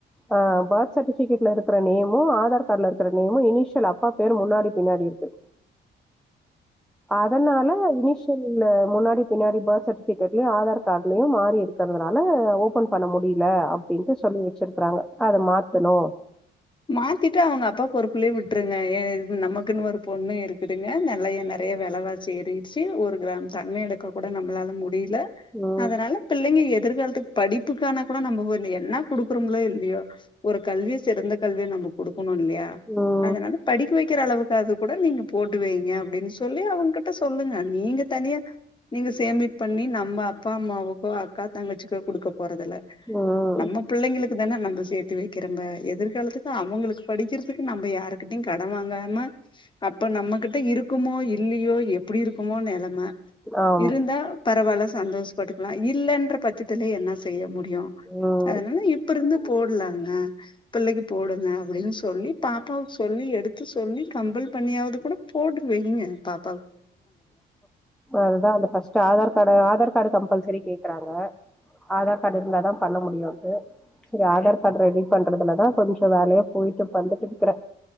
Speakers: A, in the centre; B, on the left.
A: அ பர்த் சட்டிஃபிகேட்ல இருக்குற நேமு ஆதார் கார்டல இருக்குற நேமு இனிஷியல் அப்பா பேர் முன்னாடி பின்னாடி இருக்கு அதனால இனிஷியல்ல முன்னா டி பின்னாடி பர்த் சர்டிஃபிகேட்லயு ஆதார் காட்லையு மாறி இருக்றதுனால ஓபன் பண்ண முடில அப் டின்ட்டு சொல்லி வச்சிருக்குறாங்க அத மாத்தனு
B: மாத்திட்டா அவுங்க அப்பா பொறுப்புலே விட் ருங்க நமக்குன்னு ஒரு பொண்ணு இருக்குதுங்க நல்லைய நறைய வெலவாசி ஏறிடுச்சு ஒரு கிராம் தங்க எடுக்க கூட நம்மளால மு டில
A: உம்
B: அதனால பிள்ளைங்க எ திர்காலத்துக்கு படிப்புக்கான கூட நம்ப என்ன குடுக்குறோங்களோ இல்லயோ ஒரு கல்வி சிறந்த கல்விய நம்ம குடு க்கனுல்யா
A: உம்
B: அதனால படிக்க வை க்கிற அளவுக்காக கூட நீங்க போட்டு வைங்க அப்பிடின் சொல்லி அவுங்கிட்ட சொல்லுங்க நீங்க தனியா நீங்க சேமிப் பண்ணி நம்ம அப்பா அம்மாவுக்கோ அக்கா தங்கச்சிக்கோ குடுக்க போறதில்ல
A: உம்
B: நம்ம பிள்ளைங்களுக் க்குதான நம்ம சேர்த்து வைக்கிறம்ப எதிர் காலத்துக்கு அவங்களுக்கு படிக்கிறதுக்கு நம்ம யாருகிட்டயு கட வாங்காம அப்ப நம்மகிட்ட இருக்குமோ இல்லியோ எப்பிடி இருக்குமோ நெலம
A: ஆமா
B: இருந்தா பரவாயில்ல சந்தோஷப்பட்டுக்கலா இல்லன்ற பட்சத்தில என்னா செய்ய முடி டியு
A: உம்
B: அதனால இப்ப இருந்து போடலாங்க பிள்ளைக்கு போடுங்க அப்பிடின் சொல்லி பாப்பாவுக்கு சொல்லி எடுத்து சொல்லி கம்பல் பண்ணியாவது கூட போடவைங்க பாப்
A: அதுதா அந்த first Aadhaar card Aadhaar card compulsory கேக்குறாங்க ஆதார் கார்டு இருந்தாதா பண்ண முடியுன்ட் சேரி ஆதார் கார்டு ரெடி பண்றதுலதா கொஞ்சோ வேலையா போயிட்டு வந்துட்டு இருக்கறே